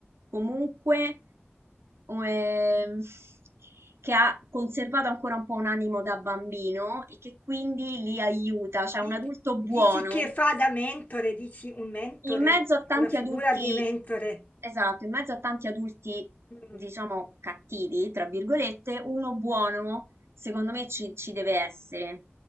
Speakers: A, on the right; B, on the left.
A: comunque o, ehm, che ha conservato ancora un po' un animo da bambino e che quindi li aiuta, cioè
B: Di-
A: un adulto
B: Dici
A: buono.
B: che fa da mentore, dici un mentore,
A: In mezzo a tanti
B: una figura
A: adulti,
B: di mentore.
A: esatto, in mezzo a tanti adulti,
B: Mm,
A: diciamo, cattivi, tra virgolette, uno buono, secondo me, ci, ci deve essere,